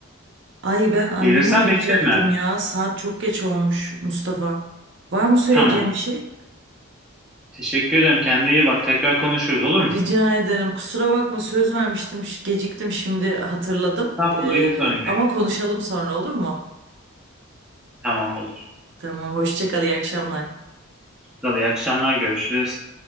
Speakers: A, on the right; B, in the centre.
A: Ay ben annemi
B: Gelirsen
A: arayacaktım
B: beklerim yani.
A: ya. Saat çok geç olmuş Mustafa. Var mı söyleyeceğim
B: Tamam.
A: bir şey?
B: Teşekkür ederim. Kendine iyi bak. Tekrar konuşuruz olur mu?
A: Rica ederim. Kusura bakma söz vermiştim. ş- Geciktim şimdi hatırladım.
B: Estağfurullah
A: Ee,
B: hiç sorun değil.
A: ama konuşalım sonra olur mu?
B: Tamam olur.
A: Tamam hoşça kal iyi akşamlar.
B: İyi iyi akşamlar görüşürüz.